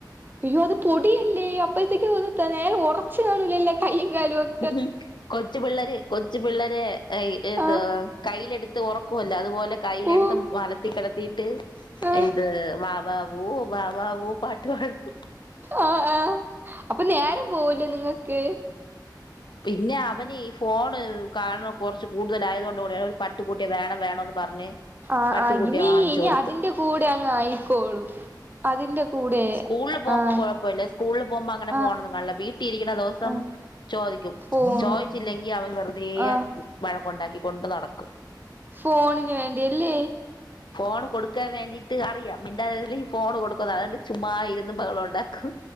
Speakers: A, on the right (about 25°); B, on the left (about 75°).
A: അയ്യോ അത് പൊടിയല്ലേ അപ്പഴത്തേക്ക് ന്ന നേരെ ഒറച്ച് കാണൂലല്ലേ കയ്യും കാലുംക്കെ
B: ഉം കൊച്ചു പിള്ളര് കൊച്ചു പിള്ളരെ ഏത്
A: ആഹ്
B: കൈയിലെടുത്ത് ഉറക്കുവല്ലോ അതുപോലെ കൈയിലെടുത്ത്
A: ഓഹ്
B: മലത്തി കിടത്തിട്ട്
A: ആഹ്
B: ഇത് വാവാവോ വാവാവോ പാട്ടുപാടും
A: ഓഹ് ആ അപ്പൊ നേരം പോവൂലേ നിങ്ങക്ക്
B: പിന്നെ അവന് ഈ ഫോണ് കാണുന്നെ കൊറച്ച് കൂടുതലായത് കൊണ്ട് ഒരു പട്ടിക്കൂട്ടിയെ വേണം വേണന്ന് പറഞ്ഞ്
A: ആഹ്
B: പട്ടിക്കുട്ടിയെ
A: ആ ഇനി
B: വാങ്ങിച്ചു
A: ഇനി
B: കൊടുത്ത്
A: അതിന്റെ കൂടെ അങ്ങ് ആയിക്കോളും അതിന്റെ കൂടെ
B: സ്കൂളിൽ പോകുമ്പോ
A: ആഹ്
B: കുഴപ്പല്ല സ്കൂളിൽ പോകുമ്പോ അങ്ങനെ ഫോണൊന്നും
A: ആഹ്
B: കാണില്ല വീട്ടിരിക്കണ ദിവസം
A: ആഹ്
B: ചോദിക്കും
A: ഫോണ്
B: ചോദിച്ചില്ലെങ്കി അവൻ വെറുതെ
A: ആഹ്
B: വഴക്കുണ്ടാക്കി കൊണ്ട് നടക്കും
A: ഫോണിന് വേണ്ടിയല്ലേ
B: ഫോൺ കൊടുക്കാൻ വേണ്ടിയിട്ട് അറിയാം മിണ്ടാ തിരുന്നേ ഫോണ് കൊടുക്കുന്ന് അതുകൊണ്ട് ചുമ്മാ ഇരുന്നു ബഹളം ഉണ്ടാക്കും